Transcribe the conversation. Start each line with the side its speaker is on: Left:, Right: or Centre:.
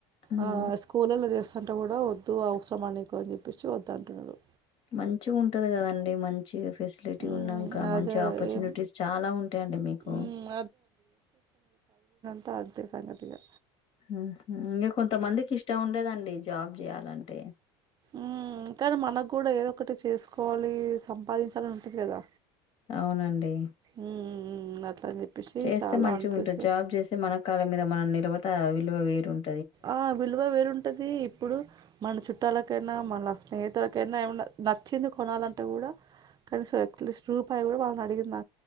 Left: హ్మ్.
Right: ఆ స్కూల్లో తీస్తా అంట కూడా తూ అవసరమా నికు అని చెప్ పి చద్దాంటండన్నారు
Left: మంచిగా ఉంటది కదండి మంచి చేసు ఫెసిలిటీ
Right: మ్
Left: ఉన్నాక మంచి
Right: అదే
Left: ఆపర్చునిటీస్
Right: ఏం
Left: చాలా ఉంటాయిండి మీకు
Right: మ్ త అం <unintelligible> తతే సంగతులు
Left: ఆహా ఇంకా కొంతమందికి ఇష్టం ఉండదండి జాబ్ చేయాలి అంటే
Right: ఉ కాదు మనకు కూడా ఏదో ఒకటి చేసుకోవాలి, సంపాదించాలి ఉంటుంది కదా
Left: అవునండి
Right: ఉమ్ ఉమ్ అట్లా అని చెప్పేసి
Left: చేస్తే
Right: చాలా
Left: మంచిగా
Right: అనిపిస్తుంది
Left: ఉంటుంది జాబ్ చేస్తే మన కాళ్ళ మీద మనం నిలబడు విలువ వేరున్
Right: ఆ విలువ వేరుంటది ఇప్పుడు మన చుట్టాలకైనా మన స్నేహితులకైనా ఏమన్నా నచ్చింది కొనాలంటే కూడా కనీసం <unintelligible> పయ కూడాడు <unintelligible> అడిగిందా